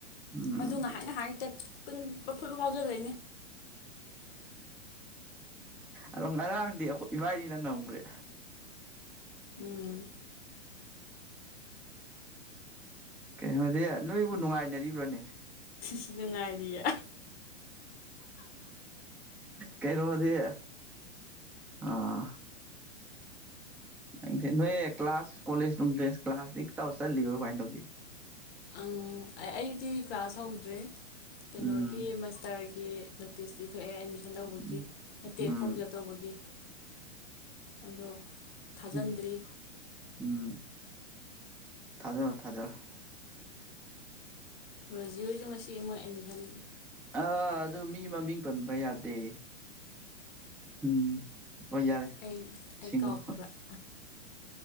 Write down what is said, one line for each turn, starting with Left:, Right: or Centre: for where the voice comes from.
Centre: ꯎꯝ
Left: ꯃꯗꯨ ꯉꯥꯏꯍꯥꯛ ꯉꯍꯥꯛꯇ ꯄꯨꯡ ꯐꯨꯠ ꯐꯨꯠ ꯐꯥꯎꯖꯤꯜꯂꯛꯏꯅꯦ
Centre: ꯑꯗꯣ ꯉꯔꯥꯡꯗꯤ ꯑꯩꯈꯣꯏ ꯏꯕꯥꯅꯤꯅ ꯉꯝꯒꯔꯦ
Left: ꯎꯝ
Centre: ꯀꯩꯅꯣꯗꯤ ꯅꯣꯏꯕꯨ ꯅꯨꯡꯉꯥꯏꯅꯔꯤꯕ꯭ꯔꯣꯅꯦ
Left: ꯁꯤ ꯁꯤ ꯅꯨꯡꯉꯥꯏꯔꯤꯌꯦ
Centre: ꯀꯩꯅꯣ ꯗꯤ ꯑꯥ ꯈꯪꯗꯦ ꯅꯣꯏ ꯀ꯭ꯂꯥꯁ ꯀꯣꯂꯦꯖ ꯅꯨꯡꯗ꯭ꯔꯦ <inaudible> ꯀ꯭ꯂꯥꯁ ꯁꯤ ꯇꯧꯔ ꯆꯠꯂꯤꯕ꯭ꯔꯣ ꯀꯃꯥꯏꯅ ꯇꯧꯒꯦ
Left: ꯑꯥꯡ ꯑꯩꯗꯤ ꯀ꯭ꯂꯥꯁ ꯍꯧꯗ꯭ꯔꯦ ꯀꯩꯅꯣꯒꯤ
Centre: ꯎꯝ
Left: ꯃꯥꯁꯇꯔꯒꯤ ꯅꯣꯇꯤꯁꯇꯤ ꯊꯣꯛꯑꯦ ꯑꯦꯠ ꯇꯧꯕꯒꯤ
Centre: ꯎꯝ
Left: ꯅꯠꯇꯦ
Centre: ꯎꯝ
Left: ꯐꯣꯝ ꯐꯤꯜ ꯑꯞ ꯇꯧꯕꯒꯤ ꯑꯗꯣ ꯊꯥꯖꯤꯟꯗ꯭ꯔꯤ
Centre: ꯎꯝ ꯎꯝ ꯊꯥꯖꯔꯣ ꯊꯥꯖꯔꯣ
Left: ꯔꯣꯖꯤ ꯍꯣꯏꯁꯨ ꯉꯁꯤ ꯃꯣꯏ ꯑꯦꯠꯃꯤꯁꯟ
Centre: ꯑ ꯑꯗꯨ ꯃꯤ ꯃꯃꯤꯡ ꯄꯟꯕ ꯌꯥꯗꯦ ꯎꯝ ꯍꯣꯏ ꯌꯥꯔꯦ
Left: ꯑꯩ ꯑꯩ
Centre: ꯁꯤꯡꯉꯣ
Left: ꯀꯥꯎꯈꯤꯕ <inaudible>